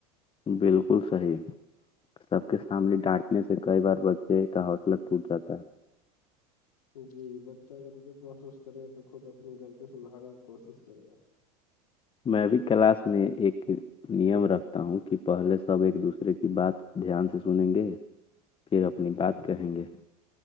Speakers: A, on the left; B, on the left.
A: بالکل صحیح سب کے سامنے ڈانٹنے سے کئی بار بچے کا حوصلہ ٹوٹ جاتا ہے
B: جی بچہ اگر عزت محسوس کرے گا تو خود اپنی غلطی سدھارنے کی کوشش کرے گا
A: میں بھی کلاس میں ایک نیم رکھتا ہوں کہ پہلے سب ایک دوسرے کی بات دھیان سے سنیں گے پھر اپنی بات کہیں گے